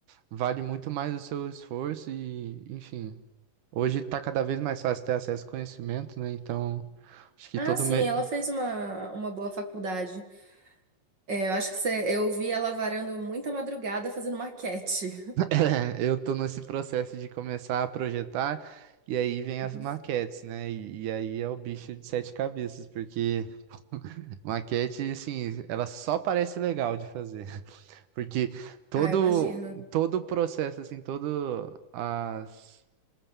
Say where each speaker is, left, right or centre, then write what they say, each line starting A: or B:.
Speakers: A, on the right (about 75°); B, on the right (about 40°).
A: vale muito mais o seu esforço e, enfim, hoje tá cada vez mais fácil ter acesso ao conhecimento, né? Então, acho que
B: Ah,
A: todo
B: sim,
A: mês.
B: ela fez uma, uma boa faculdade. É, eu acho que você, eu vi ela varando muita madrugada fazendo maquete.
A: É, Eu tô nesse processo de começar a projetar, e aí vem as
B: Uhum.
A: maquetes, né? E, e aí é o bicho de sete cabeças, porque <laughs> maquete, assim, ela só parece legal de fazer. <laughs> Porque todo,
B: Ah, eu imagino.
A: todo o processo, assim, todo as,